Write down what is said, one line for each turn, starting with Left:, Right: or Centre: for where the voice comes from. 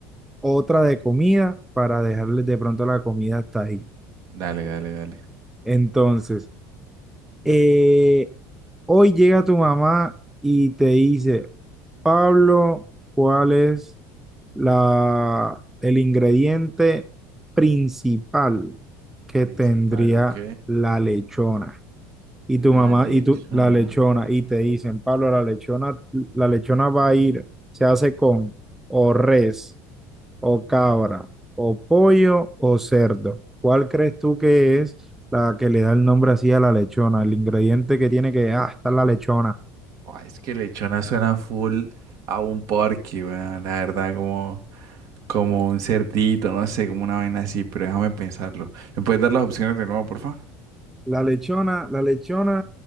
Centre: otra de comida para dejarles de pronto la comida hasta ahí.
Right: Dale, dale, dale.
Centre: Entonces, eh, hoy llega tu mamá y te dice, Pablo, ¿cuál es la, el ingrediente principal que
Right: Principal,
Centre: tendría
Right: ¿ok?
Centre: la lechona? Y tu
Right: La
Centre: mamá,
Right: lechona.
Centre: y tú, la lechona, y te dicen, Pablo, la lechona, la lechona va a ir, se hace con o res, o cabra, o pollo, o cerdo. ¿Cuál crees tú que es la que le da el nombre así a la lechona? El ingrediente que tiene que, ah, está la lechona.
Right: Buah, es que lechona suena full a un porky, weón. La verdad, como, como un cerdito, no sé, como una vaina así, pero déjame pensarlo. ¿Me puedes dar las opciones de nuevo, porfa?
Centre: La lechona, la lechona,